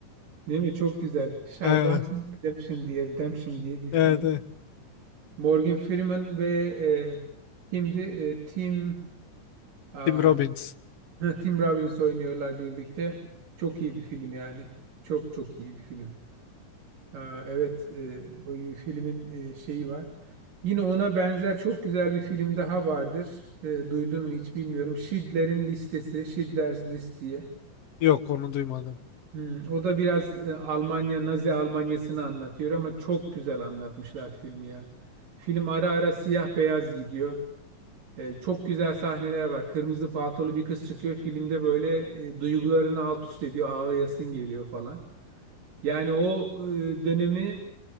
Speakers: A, on the right (about 90°); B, on the left (about 55°).
A: Değil mi? Çok güzel. Shawshank
B: e,
A: Redemption diye, Redemption diye bir
B: evet,
A: film.
B: evet.
A: Morgan Freeman ve e, şimdi e, Tim aa,
B: Tim Robbins.
A: ha, Tim Robbins oynuyorlar birlikte. Çok iyi bir film yani. Çok çok iyi bir film. Aa, evet, e, o filmin e, şeyi var. Yine ona benzer çok güzel bir film daha vardır. E, duydun mu hiç bilmiyorum. Schindler'in Listesi, Schindler's List diye.
B: Yok onu duymadım.
A: Hmm, o da biraz e, Almanya, Nazi Almanyası'nı anlatıyor ama çok güzel anlatmışlar filmi ya. Film ara ara siyah beyaz gidiyor. E, çok güzel sahneler var. Kırmızı paltolu bir kız çıkıyor. Filmde böyle e, duygularını alt üst ediyor. Ağlayasın geliyor falan. Yani o e, dönemi